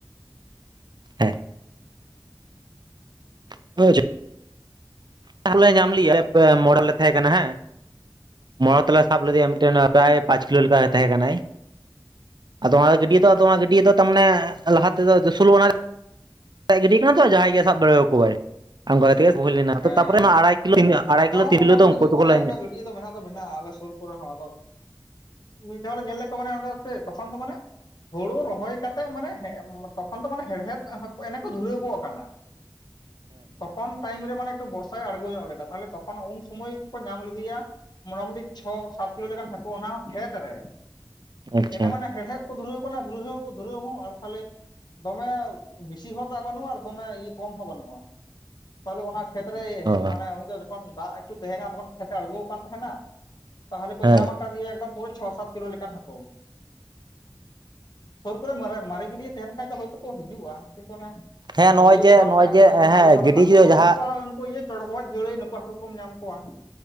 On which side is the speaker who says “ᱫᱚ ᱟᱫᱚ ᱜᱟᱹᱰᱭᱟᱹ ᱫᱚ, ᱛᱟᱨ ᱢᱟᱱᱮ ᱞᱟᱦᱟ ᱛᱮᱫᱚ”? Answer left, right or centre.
Right